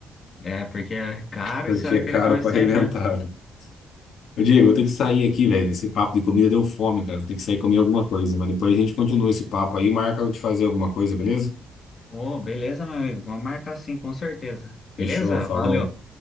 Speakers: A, on the left; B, on the left.
A: É, porque é caro
B: porque
A: e você vai
B: é caro
A: querer comer
B: pra
A: sempre,
B: <laughs> arrebentar.
A: né?
B: Ô, Diego, eu tenho que sair aqui, velho. Esse papo de comida deu fome, cara. Vou ter que sair e comer alguma coisa. Mas depois a gente continua esse papo aí e marca eu te fazer alguma coisa, beleza?
A: Ô, beleza, meu amigo, vamos marcar sim, com certeza.
B: Fechou,
A: Beleza?
B: falou.
A: Valeu.